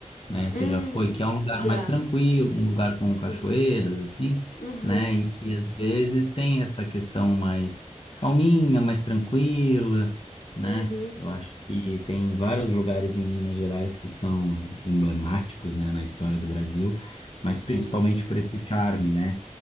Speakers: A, on the left (about 45°); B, on the left (about 75°).
A: né? Você
B: hum,
A: já foi, que é um lugar
B: já,
A: mais tranquilo, um lugar com cachoeiras,
B: sim.
A: assim,
B: Uhum,
A: né? E que às vezes tem essa questão mais calminha, mais tranquila, né?
B: uhum,
A: Eu acho que tem vários lugares em Minas Gerais que são emblemáticos, né, na história do Brasil, mas
B: sim.
A: principalmente por esse charme, né?